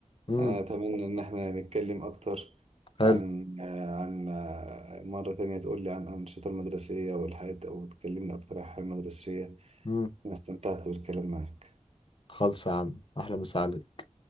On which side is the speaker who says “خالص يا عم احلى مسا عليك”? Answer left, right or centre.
Left